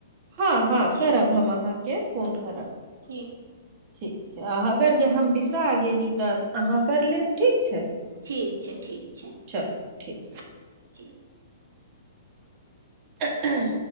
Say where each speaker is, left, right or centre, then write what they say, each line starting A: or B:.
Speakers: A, on the right; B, on the right.
A: हँ, हँ,
B: ठीक
A: करब हम अहाँकेँ फोन करब।
B: ठीक।
A: ठीक छै, आ अगर जे हम बिसरा गेनि तऽ अहाँ कर लेब ठीक छै।
B: ठिक छै, ठिक छै।
A: चलू ठीक।
B: ठीक।
A: एह ऐ। <unintelligible>